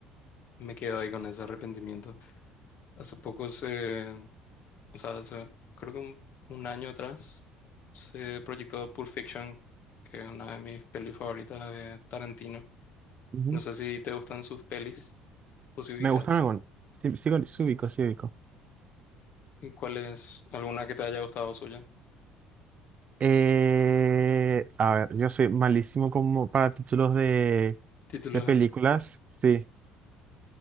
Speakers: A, on the left; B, on the right.
A: me quedo ahí con ese arrepentimiento. Hace poco se, o sea, hace- creo que un, un año atrás se proyectó Pulp Fiction, que es una de mis pelis favoritas de Tarantino.
B: Ujú.
A: No sé si te gustan sus pelis o si ubicas.
B: Me gustan algunos. Sí, sí, sí ubico, sí ubico.
A: ¿Y cuál es alguna que te haya gustado suya?
B: Eh, a ver, yo soy malísimo como para títulos de,
A: Títulos
B: de películas.
A: de peli.
B: Sí.